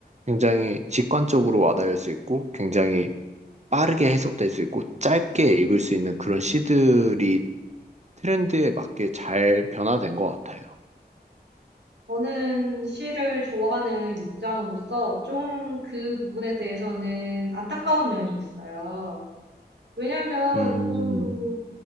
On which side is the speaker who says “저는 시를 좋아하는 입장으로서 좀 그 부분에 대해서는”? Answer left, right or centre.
Right